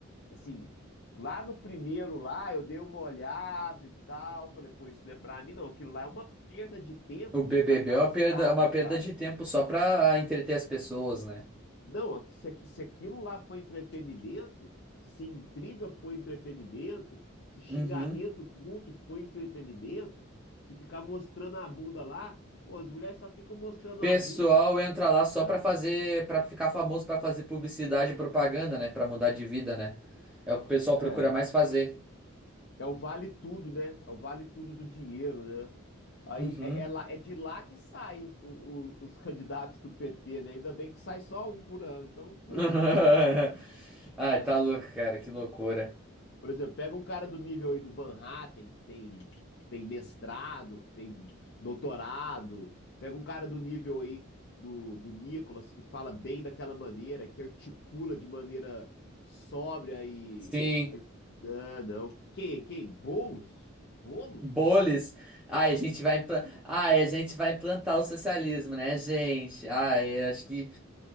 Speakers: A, on the left; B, in the centre.
A: Assim, lá no primeiro lá, eu dei uma olhada e tal, falei, pô, isso não é pra mim não, aquilo lá é uma perda de tempo
B: O BBB
A: de fracassado,
B: é uma perda, é uma perda
A: cara.
B: de tempo só pra entreter as pessoas, né?
A: Não, aqui- se, aqui- se aquilo lá foi entretenimento, se intriga foi entretenimento, se xingamento
B: Uhum.
A: mútuo foi entretenimento, se ficar mostrando a bunda lá, pô, as mulheres só ficam mostrando
B: Pessoal
A: a bunda.
B: entra lá só
A: Ah,
B: pra fazer, pra ficar famoso, pra fazer publicidade e propaganda, né? Pra mudar de vida, né? É o que o pessoal procura
A: não.
B: mais fazer.
A: É o vale tudo, né? É o vale tudo do dinheiro, né? Aí
B: Uhum.
A: é, é lá- é de lá que saem os, o- os <laughs> candidatos do PT, né? Ainda bem que sai só um por ano. Então, por
B: <laughs>
A: mim,
B: Ai, tá louco, cara, que loucura.
A: por exemplo, pega um cara do nível aí do Van Hatten, que tem, que tem mestrado, que tem doutorado. Pega um cara do nível aí do, do Nicolas, que fala bem daquela maneira, que articula de maneira sóbria e.
B: Sim.
A: Não, não. Quem? Quem? Bolos? Bolos?
B: Boles. Ai, a gente vai implan... Ai, a gente vai implantar o socialismo, né, gente? Ai, acho que.